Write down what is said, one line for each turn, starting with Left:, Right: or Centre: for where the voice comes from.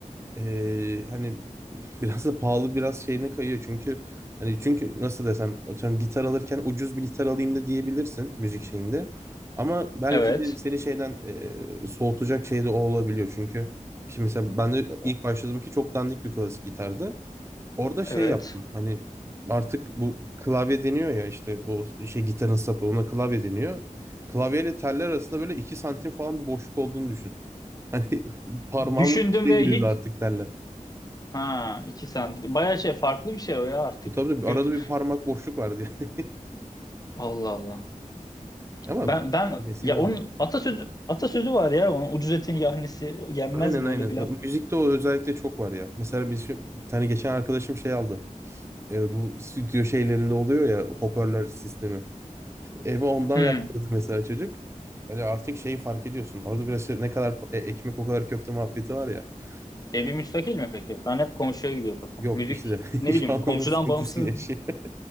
Right: Ee, hani <laughs> biraz da pahalı biraz şeyine kayıyor çünkü hani çünkü nasıl desem atıyorum gitar alırken ucuz bir gitar alayım da diyebilirsin müzik şeyinde. Ama belki
Left: Evet.
Right: de seni şeyden e, soğutacak şey de o olabiliyor çünkü şimdi mesela ben de
Left: O-
Right: ilk başladığım ki çok dandik bir klasik gitardı. Orada şey
Left: Evet.
Right: yaptım. Hani artık bu klavye deniyor ya işte o şey gitarın sapı ona klavye deniyor. Klavyeyle teller arasında böyle 2 santim falan bir boşluk olduğunu düşün. Hani <laughs> parmağımın
Left: Düşündüm
Right: içine
Left: ve
Right: giriyordu
Left: hiç
Right: artık teller.
Left: ha 2 santim. Bayağı şey farklı bir şey o ya artık.
Right: E tabii de
Left: Kötü.
Right: arada bir parmak boşluk vardı yani.
Left: Allah Allah.
Right: <laughs> Ama
Left: Ben ben
Right: eskiden
Left: ya
Right: almış.
Left: onun atasözü atasözü var ya onun ucuz etin yahnisi o yenmez
Right: Aynen
Left: mi
Right: aynen.
Left: öyle bir laf
Right: Ö-
Left: var.
Right: Müzikte o özellikle çok var ya. Mesela biz şu- bir tane geçen arkadaşım şey aldı. E, bu stüdyo şeylerinde oluyor ya hoparlör sistemi. Evi ondan
Left: Hmm.
Right: yaptırdı mesela çocuk. Hani artık şeyi fark ediyorsun. Orada biraz şey, ne kadar pa- e- ekmek o kadar köfte muhabbeti var ya.
Left: Evi
Right: E,
Left: müstakil mi peki? Ben hep komşuya gidiyor kafam.
Right: yok
Left: Müzik
Right: işte <laughs>
Left: ne
Right: şu
Left: bileyim
Right: an
Left: komşudan
Right: onun sıkıntısını
Left: bağımsız
Right: yaşıyor. <laughs>